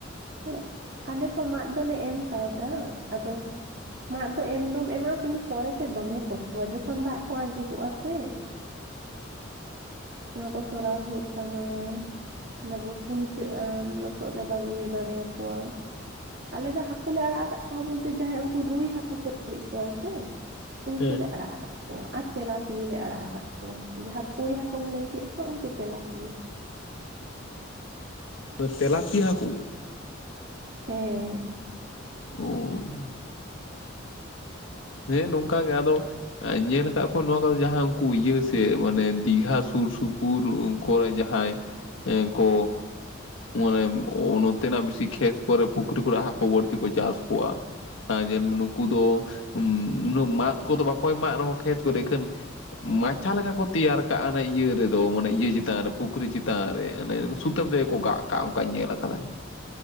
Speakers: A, on the right (about 55°); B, on the left (about 75°).
A: ᱦᱮᱸ ᱟᱞᱮ ᱦᱚᱸ ᱢᱟᱫ ᱫᱚᱞᱮ ᱮᱢ ᱠᱟᱣᱫᱟ ᱟᱫᱚ ᱢᱟᱫ ᱫᱚ ᱮᱢ ᱫᱚᱢ ᱮᱢᱟ ᱠᱤᱱᱛᱩ ᱯᱚᱨᱮ ᱛᱮ ᱫᱚᱢᱮ ᱠᱚᱥᱴᱚᱣᱟ ᱡᱚᱠᱷᱚᱱ ᱫᱟᱜ ᱠᱚ ᱟᱸᱡᱮᱫᱚᱜᱼᱟ ᱥᱮ ᱚᱱᱟ ᱠᱚ ᱥᱚᱨᱟᱣ ᱦᱩᱭᱩᱜ ᱛᱟᱢᱟ᱾ ᱚᱱᱟ ᱠᱚ ᱠᱩᱧᱪᱟᱹᱜ ᱟᱢ ᱞᱚᱥᱚᱫ ᱨᱮ ᱵᱟᱢ ᱤᱭᱟᱹ ᱫᱟᱲᱮᱭᱟ ᱠᱚᱣᱟ᱾ ᱟᱞᱮ ᱫᱚ ᱦᱟᱹᱠᱩ ᱞᱮ ᱟᱲᱟᱜ ᱠᱟᱫ ᱠᱚᱣᱟ ᱵᱚᱞᱛᱮ ᱡᱟᱦᱟᱸᱭ ᱩᱱᱠᱩ ᱨᱩᱭ ᱦᱟᱹᱠᱳ ᱠᱚ ᱞᱮᱭᱮᱫ ᱠᱚᱣᱟ ᱥᱮ, ᱩᱝᱠᱩ
B: ᱦᱮᱸ
A: ᱞᱮ ᱟᱲᱟᱜ ᱟᱠᱟᱫ ᱠᱚᱣᱟ, ᱟᱨ ᱛᱮᱞᱟ ᱯᱤᱭᱟᱹ ᱞᱮ ᱟᱲᱟᱜ ᱠᱟᱫ ᱠᱚᱣᱟ ᱡᱟᱦᱟᱸ ᱠᱳᱭ ᱦᱟᱠᱳ ᱠᱚᱢ ᱞᱟᱹᱭ ᱠᱮᱫ ᱠᱚᱣᱟ ᱩᱱᱠᱩ ᱛᱮᱞᱟᱯᱤᱭᱟᱹ᱾
B: ᱛᱚ ᱛᱮᱞᱟᱯᱤᱭᱟᱹ ᱦᱟᱹᱠᱩ?
A: ᱦᱮᱸᱻ᱾
B: ᱚ ᱦᱮᱸ ᱱᱚᱝᱠᱟ ᱜᱮ ᱟᱫᱚ <unintelligible> ᱧᱮᱞ ᱠᱟᱫ ᱠᱩᱭᱟᱹᱧ ᱱᱚᱣᱟ ᱠᱚᱨᱮ ᱡᱟᱦᱟᱸ ᱩᱝᱠᱩ ᱤᱭᱟᱹ ᱥᱮ ᱢᱟᱱᱮ ᱫᱤᱜᱷᱟ ᱥᱩᱨ ᱥᱩᱯᱩᱨ, ᱠᱚᱨᱮ ᱡᱟᱦᱟᱸᱭ ᱮᱸ ᱠᱚ ᱢᱟᱱᱮ ᱚ ᱱᱚᱛᱮᱱᱟᱜ ᱵᱮᱥᱤ ᱠᱷᱮᱛ ᱠᱚᱨᱮ ᱯᱩᱠᱷᱨᱤ ᱠᱚᱨᱮᱜ ᱦᱟᱹᱠᱳ ᱵᱟᱹᱲᱛᱤ ᱠᱚ ᱪᱟᱥ ᱠᱚᱣᱟ᱾ ᱟᱸ ᱧᱮᱞᱢᱮ ᱱᱩᱠᱩ ᱫᱚ ᱩᱸ ᱩᱱᱟᱹᱜ ᱢᱟᱫ ᱠᱚᱫᱚ ᱵᱟᱠᱚ ᱮᱢᱟᱜ ᱨᱮᱦᱚᱸ ᱠᱷᱮᱛ ᱠᱚᱨᱮ ᱤᱠᱷᱟᱹᱱ ᱢᱟᱪᱷᱟ ᱞᱮᱠᱟ ᱠᱚ ᱛᱮᱭᱟᱨ ᱠᱟᱜᱼᱟ, ᱱᱟᱜ ᱤᱭᱟᱹ ᱨᱮᱫᱚ ᱢᱟᱱᱮ ᱤᱭᱟᱹ ᱪᱮᱛᱟᱱ ᱨᱮ ᱯᱩᱠᱷᱨᱤ ᱪᱮᱛᱟᱱ ᱨᱮ, ᱚᱱᱮ ᱥᱩᱛᱟᱹᱢ ᱨᱮᱜᱮ ᱠᱚ ᱜᱟᱜ ᱠᱟᱜᱼᱟ ᱚᱱᱠᱟᱧ ᱧᱮᱞ ᱠᱟᱫᱟ᱾